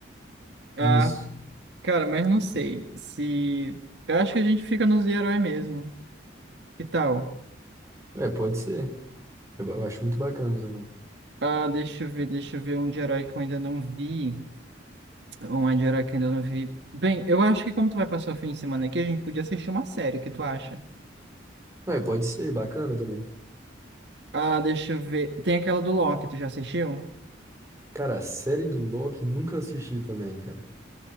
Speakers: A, on the right; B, on the right.
A: Ah,
B: Isso.
A: cara, mas não sei se. Eu acho que a gente fica nos de herói mesmo. Que tal?
B: É, pode ser. Eu, eu acho muito bacana também.
A: Ah, deixa eu ver, deixa eu ver um de herói que eu ainda não vi. Um de herói que eu ainda não vi. Bem, eu acho que como tu vai passar o fim de semana aqui, a gente podia assistir uma série, o que tu acha?
B: É, pode ser, bacana também.
A: Ah, deixa eu ver. Tem aquela do Loki, tu já assistiu?
B: Cara, a série do Loki nunca assisti também, cara.